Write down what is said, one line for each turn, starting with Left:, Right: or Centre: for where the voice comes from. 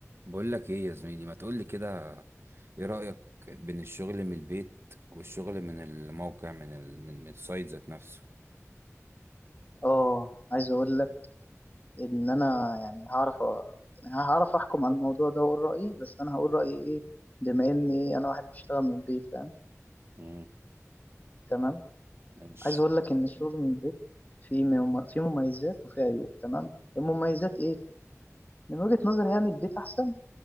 Right: بقول لك ايه يا زميلي ما تقول لي كده ايه رأيك بين الشغل من البيت والشغل من الموقع من ال... من, من السايت ذات نفسه
Left: اه عايز اقول لك ان انا يعني هعرف أ- هعرف احكم على الموضوع ده واقول رايي بس انا هقول رايي ايه بما اني انا واحد بشتغل من البيت فاهم
Right: امم
Left: تمام
Right: ماشي
Left: عايز اقول لك ان الشغل من البيت فيه مم- فيه مميزات وفيه عيوب تمام المميزات ايه من وجهة نظري يعني البيت احسن